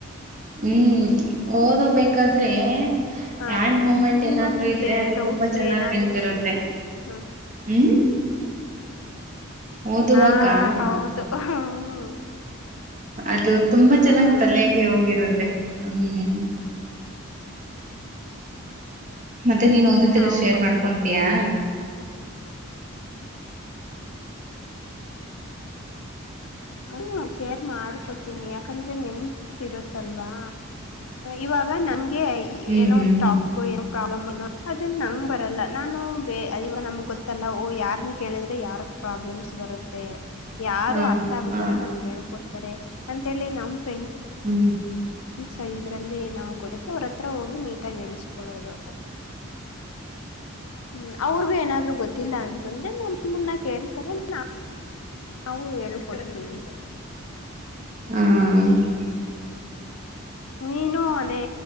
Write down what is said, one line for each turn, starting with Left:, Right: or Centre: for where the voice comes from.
Right: ಹ್ಮ್ ಓದೋದ್ ಬೇಕಾದ್ರೆ
Left: ಆತರ
Right: ಹಂಡ್ ಮೂಮೆಂಟ್
Left: ನೀನು
Right: ಏನಾದ್ರು
Left: ನಿಂಗೆ
Right: ಇದ್ರೆ ಅದು
Left: ಡೌಟ್ಸು
Right: ತುಂಬಾ ಚೆನ್ನಾಗ್
Left: ಏನಾದ್ರು
Right: ನಂತಿರುತ್ತೆ
Left: ಹ್ಮ
Right: ಹ್ಮ ಓದುವಕ್ಕ
Left: ಹಾ
Right: ಹಾ
Left: ಹೌದು ಹ್ಮ್
Right: ಅದು ತುಂಬಾ
Left: ಹ್ಮ್
Right: ಚೆನ್ನಾಗ್ ತಲೆಗೆ ಹೋಗಿರುತ್ತೆ ಹ್ಮ ಮತ್ತೆ ನೀನ್ ಓದಿದ್ದೆಲ್ಲ
Left: ಹೌದು
Right: ಶೇರ್ ಮಾಡ್ಕೊತೀಯಾ
Left: ಹ್ಮ ಶೇರ್ ಮಾಡ್ಕೊತೀನಿ ಯಾಕಂದ್ರೆ ನೆನ್ಪಿ ಇರುತ್ತಲ್ವಾ ಇವಾಗ ನಂಗೆ
Right: ಹ್ಮ್
Left: ಏನೋ
Right: ಹ್ಮ್
Left: ಒಂದು ಟಾಫಿಕ್ ಏನೋ ಪ್ರಾಬ್ಲಮ್ ಏನೋ ಅದನ್ನ ನಂಗೆ ಬರಲ್ಲ ನಾನು ಬೇ ಐವ ನಮ್ಗ್ ಗೊತ್ತಲ್ಲಹೊ ಯಾರ್ನ್ನ ಕೇಳಿದ್ರೆ ಯಾರ ಪ್ರಾಬ್ಲಮ್ಸ್ ಬರುತ್ತೆ ಯಾರು
Right: ಹ್ಮ್ ಹ
Left: ಅರ್ಥ್ ಆಗರ
Right: ಹ
Left: ನಮಗೆ ಹೇಳ್ಕೊಡ್ ಅಂತೇಳಿ ನಮ್ ಫ್ರೆಂಡ್
Right: ಹ್ಮ್
Left: ಚ ಇದ್ರಲ್ಲಿ ನಮ್ ಗೊತ್ತ ಅವ್ರ ಹತ್ರ ಹೋಗಿ ನೀಟ್ ತಗೆಳುಸ್ಕೊಳೋಧು ಹ್ಮ್ ಅವ್ರಿಗೂ ಏನಾದ್ರು ಗೊತ್ತಿಲ್ಲ ಅಂದ್ ಅಂದ್ರೆ ನಮ್ಮಮ್ಮನ್ನ ಕೇಳ್ತಾರ ನಾ ನಾವು ಹೇಳಿಕೊಡ್ತೀವಿ
Right: ಹ್ಮ
Left: ನೀನು ಅದೇ